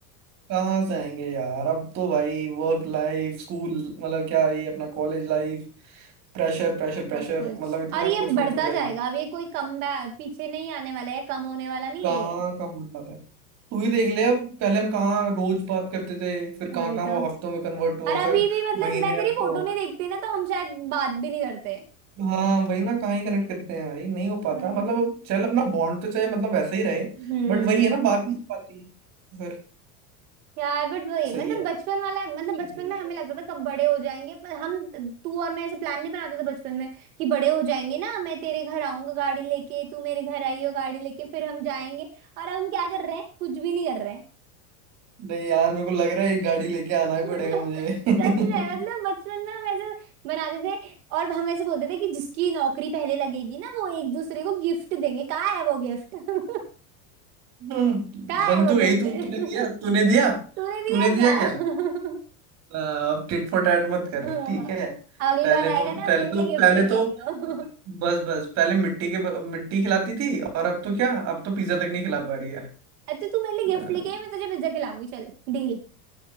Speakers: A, on the right (about 35°); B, on the right (about 70°).
A: कहाँ से आएंगे यार अब तो भाई वर्क लाइफ स्कूल मतलब क्या ये अपना college life pressure pressure pressure
B: सब कुछ
A: मतलब इतना
B: और ये
A: कुछ
B: बढ़ता
A: हो चुका है
B: जाएगा
A: कि
B: अब ये कोई कम बैक पीछे नहीं आने वाला है कम होने वाला नहीं
A: कहाँ
B: है ये
A: कम हो पाता है तू ही देख ले अब पहले हम कहाँ रोज बात करते थे फिर कहाँ
B: वही
A: कहाँ वो
B: तो
A: हफ्तों में कन्वर्ट हुआ
B: और अभी
A: फिर
B: भी मतलब
A: महीने
B: मैं तेरी
A: अब तो
B: फोटो नहीं देखती ना तो हम शायद बात भी नहीं करते
A: हाँ वही ना कहाँ ही कनेक्ट करते हैं भाई नहीं हो पाता
B: वही
A: मतलब
B: तो
A: अब चल अपना बॉन्ड तो चाहे मतलब वैसा ही रहे
B: हम्म
A: बट वही है ना बात नहीं हो पाती फिर
B: यार बट वही
A: सही
B: मतलब
A: है
B: बचपन वाला है,
A: अच्छी
B: मतलब बचपन
A: देख
B: में हमें
A: यार।
B: लगता था कब बड़े हो जाएंगे पर हम तू और मैं ऐसे प्लान नहीं बनाते थे बचपन में कि बड़े हो जाएंगे ना मैं तेरे घर आऊंगा गाड़ी लेके तू मेरे घर आई हो गाड़ी लेके फिर हम जाएंगे और अब हम क्या कर रहे हैं कुछ भी नहीं कर रहे हैं
A: <laughs> नहीं यार मेरे को लग रहा है एक गाड़ी लेके आना ही
B: <laughs>
A: पड़ेगा मुझे <laughs> हम्म
B: सच में मतलब बचपन में हम ऐसे बनाते थे और हम ऐसे बोलते थे कि जिसकी नौकरी पहले लगेगी ना वो एक दूसरे को गिफ्ट देंगे कहाँ है वो गिफ्ट <laughs>
A: हम्म,
B: कहाँ
A: बन
B: है वो
A: तो
B: गिफ्ट
A: गई तू
B: <laughs>
A: तूने दिया तूने दिया
B: तूने दिया
A: तूने दिया
B: क्या
A: क्या
B: <laughs>
A: आ, अब टिट फॉर टैट मत कर
B: हाँ,
A: ठीक है
B: अब अगली
A: पहले
B: बार आएगा
A: तो
B: ना
A: पहले
B: मेरे
A: तो
B: लिए गिफ्ट
A: पहले
B: लेके
A: तो
B: आइयो
A: बस बस पहले मिट्टी के मिट्टी खिलाती थी और अब तो क्या अब तो पिज्जा तक नहीं खिला पा रही है
B: <laughs> अच्छा तू मेरे लिए
A: अ,
B: गिफ्ट लेके आई मैं तुझे पिज्जा खिलाऊंगी चल डील